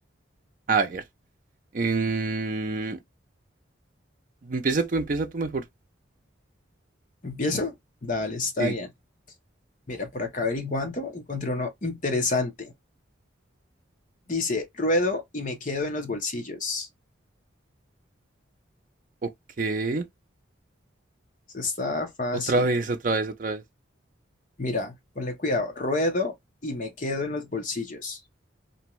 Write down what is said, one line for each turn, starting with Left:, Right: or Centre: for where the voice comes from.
Right: A ver. em, empieza tú, empieza tú mejor.
Left: ¿Empiezo? Dale, está
Right: Sí,
Left: bien. Mira, por acá averiguando, encontré uno interesante. Dice, ruedo y me quedo en los bolsillos.
Right: ok.
Left: Eso está fácil.
Right: Otra vez, otra vez, otra vez.
Left: Mira, ponle cuidado. Ruedo y me quedo en los bolsillos.